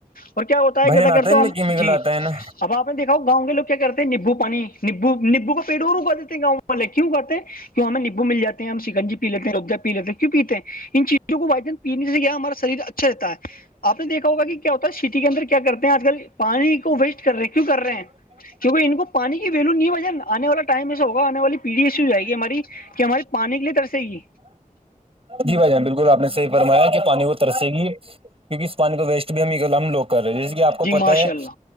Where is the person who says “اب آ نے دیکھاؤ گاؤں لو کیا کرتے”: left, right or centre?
Left